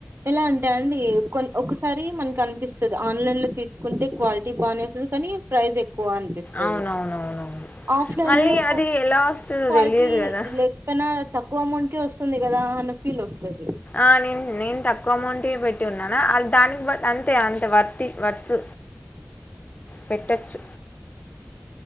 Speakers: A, on the right; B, on the left.
A: ఎలా అంటే అండి కొన్ ఒకసారి మనకు అనిపిస్తుంది ఆన్లైన్ లో తీసుకుంటే క్వాలిటీ బాగానేస్తుంది కానీ ప్రైజ ఎక్కువ అనిపిస్తుంది
B: అవునవునవునవును
A: ఆఫ్లైన్
B: మళ్ళీ
A: లో
B: అది ఎలా వస్తుందో
A: క్వాలిటీ
B: తెలియదు కదా
A: లేకపోయినా తక్ ఎక్కువ అమౌంట్ కే వస్తుంది కదా అన్న ఫీల్ వస్తుంది
B: ఆ నేను నేను తక్కువ అమౌంట్ పెట్టి ఉన్నానా అ దానికి అంతే అంతే వత్తి వర్త్ పెట్టచ్చు